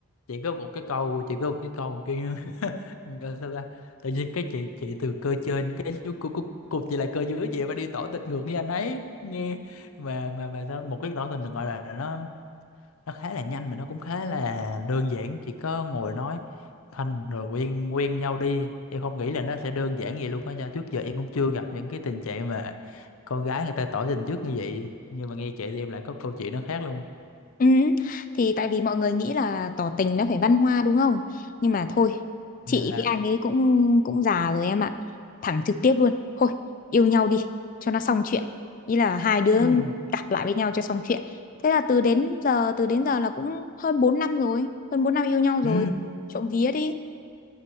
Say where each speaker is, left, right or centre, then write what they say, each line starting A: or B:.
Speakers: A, on the left; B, on the left.
A: chỉ có một cái câu chỉ có một cái câu kia <laughs> Gọi sao ta tự nhiên cái chị chị từ cơ trên cái chú cu- cu- cục gì là cơ dưới vậy mà đi tỏ tình ngược đi anh ấy nghe mà mà mà sao một cái tỏ tình được gọi là nó nó khá là nhanh mà nó cũng khá là đơn giản chỉ có ngồi nói thành rồi quen quen nhau đi em không nghĩ là nó sẽ đơn giản vậy luôn á do trước giờ em cũng chưa gặp những cái tình trạng mà con gái người ta tỏ tình trước như vậy nhưng mà nghe chị thì em lại có câu chuyện nó khác luôn
B: Ừ, thì tại vì mọi người nghĩ là tỏ tình nó phải văn hoa đúng không? Nhưng mà thôi,
A: dạ
B: chị với anh ấy cũng cũng già rồi em ạ. Thẳng trực tiếp luôn. Thôi, yêu nhau đi cho nó xong chuyện. Ý là hai đứa
A: ừ.
B: cặp lại với nhau cho xong chuyện. Thế là từ đến giờ từ đến giờ là cũng hơn 4 năm rồi, hơn 4 năm yêu nhau rồi.
A: Ừ.
B: Trộm vía đi.